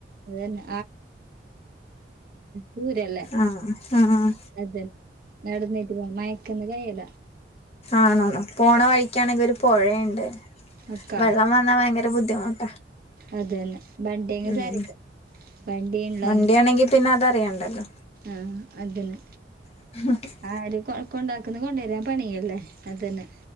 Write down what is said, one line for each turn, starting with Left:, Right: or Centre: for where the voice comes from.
Right: അതന്നെ ദൂരല്ല
Left: ആഹ് ആഹ്
Right: അതന്നെ നടന്നിട്ട് മയക്കന്ന് കൈയല്ല
Left: ആണോ പോണ വഴിക്കാണെങ്കിൽ ഒരു പുഴയുണ്ട്
Right: അക്കാ
Left: വെള്ളം വന്നാ ഭയങ്കര ബുദ്ധിമുട്ടുന്ന്
Right: അതന്നെ വണ്ടിയ
Left: ഉം
Right: സര വണ്ടിയ ഉള്ള
Left: വണ്ടിയാണെങ്കി പിന്നെ അതറിയണ്ടല്ലോ
Right: ആഹ് അതന്നെ
Left: <inaudible>
Right: ആര് കൊ കൊണ്ടാക്കുന്ന കൊണ്ടുവരാൻ പണിയല്ലേ അത്ന്നെ